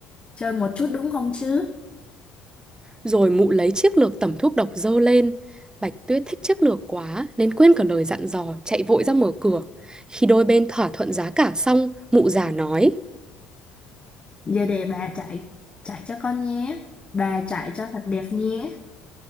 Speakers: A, on the left; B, on the right.
A: chơi một chút đúng không chứ?
B: Rồi mụ lấy chiếc lược tẩm thuốc độc dơ lên. Bạch Tuyết thích chiếc lược quá nên quên cả lời dặn dò, chạy vội ra mở cửa. Khi đôi bên thỏa thuận giá cả xong, mụ già nói,
A: Giờ để bà chạy chạy cho con nhé. Bà chạy cho thật đẹp nhé.